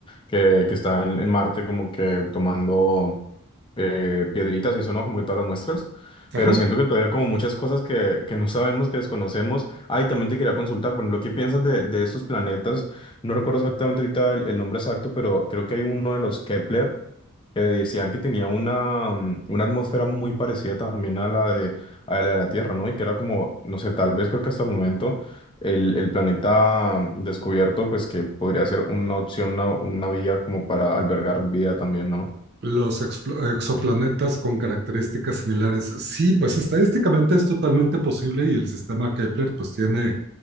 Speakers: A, on the left (about 20°); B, on the right (about 50°).
A: que, que está en, en Marte como que tomando eh, piedritas y eso, ¿no? Como que todas las muestras. Pero
B: Ajá.
A: siento que todavía como muchas cosas que, que no sabemos, que desconocemos. Ah, y también te quería consultar, por ejemplo, ¿qué piensas de, de estos planetas? No recuerdo exactamente ahorita el, el nombre exacto, pero creo que hay uno de los Kepler que decían que tenía una, mm, una atmósfera muy parecida también a la de, a la de la Tierra, ¿no? Y que era como, no sé, tal vez creo que hasta el momento el, el planeta mm, descubierto, pues que podría ser una opción, una, una vía como para albergar vida también, ¿no?
B: Los exoplanetas con características similares. Sí, pues estadísticamente es totalmente posible y el sistema Kepler pues tiene